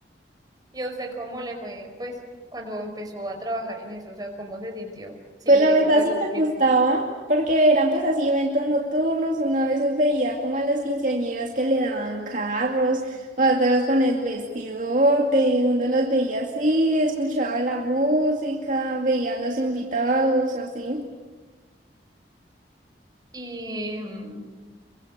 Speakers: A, on the right (about 20°); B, on the right (about 45°).
A: ¿Y a usted cómo le fue, pues, cuando empezó a trabajar en eso? O sea, ¿cómo se sintió? Sí,
B: Pues la
A: ese
B: verdad
A: fue
B: sí
A: su
B: me
A: primer.
B: gustaba porque eran pues así eventos nocturnos, una veces veía como a las quinceañeras que le daban carros, otras con el vestidote y uno los veía así, escuchaba la música, veía a los invitados así.
A: Y mm,